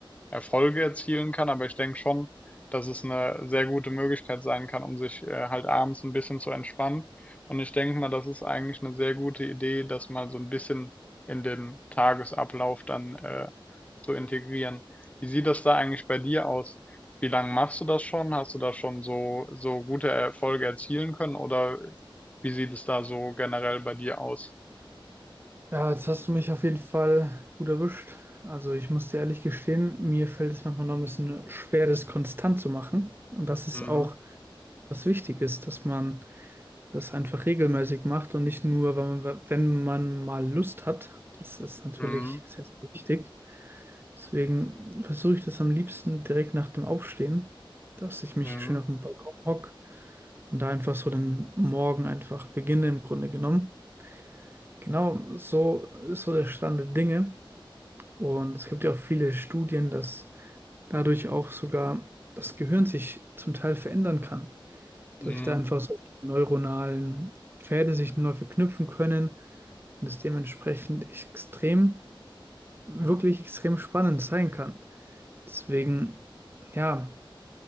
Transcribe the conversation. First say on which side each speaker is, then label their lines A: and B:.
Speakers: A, on the left; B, on the right.
A: Erfolge erzielen kann, aber ich denke schon, dass es eine sehr gute Möglichkeit sein kann, um sich äh, halt abends ein bisschen zu entspannen. Und ich denke mal, das ist eigentlich eine sehr gute Idee, das mal so ein bisschen in den Tagesablauf dann äh, zu integrieren. Wie sieht das da eigentlich bei dir aus? Wie lange machst du das schon? Hast du da schon so, so gute Erfolge erzielen können oder wie sieht es da so generell bei dir aus?
B: Ja, jetzt hast du mich auf jeden Fall gut erwischt. Also ich muss dir ehrlich gestehen, mir fällt es manchmal noch ein bisschen schwer, das konstant zu machen. Und das ist
A: Mhm.
B: auch was wichtig ist, dass man das einfach regelmäßig macht und nicht nur, wenn man, wenn man mal Lust hat. Das ist natürlich
A: Mhm.
B: sehr, sehr wichtig. Deswegen versuche ich das am liebsten direkt nach dem Aufstehen, dass ich mich
A: Mhm.
B: schön auf den Balkon hocke und da einfach so den Morgen einfach beginne im Grunde genommen. Genau so ist so der Stand der Dinge. Und es gibt ja auch viele Studien, dass dadurch auch sogar das Gehirn sich zum Teil verändern kann. Dass
A: Mhm.
B: sich da einfach solche neuronalen Pfade sich neu verknüpfen können und es dementsprechend extrem, wirklich extrem spannend sein kann. Deswegen, ja,